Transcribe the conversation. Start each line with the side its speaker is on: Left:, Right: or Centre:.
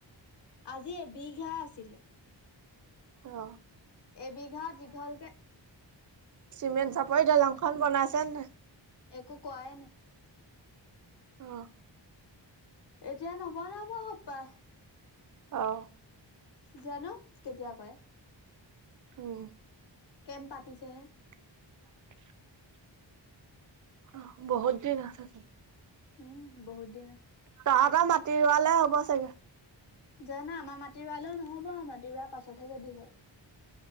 Left: আজি এবিঘা আছিলে',
Right: অহ',
Left: এবিঘা দীঘল কে?
Right: চিমেণ্ট চাপৰি দলং খন বনাইছে নাই?
Left: একো কৰাই নাই',
Right: অহ',
Left: এতিয়া নবনাব সপাই',
Right: অহ',
Left: জানোঁ কেতিয়া কৰে',
Right: উম',
Left: কেম পাতিছেহে',
Right: উ <unintelligible> অহ বহুত দিন আছে চা <unintelligible>
Left: উম বহুত দিন আছে।
Right: তহঁতৰ মাটি ৰোৱালে হব চাগে।
Left: জানা, আমাৰ মাটি ৰোৱালেও নহ'ব মাটি ৰোৱা পাছতহে যদি হয়',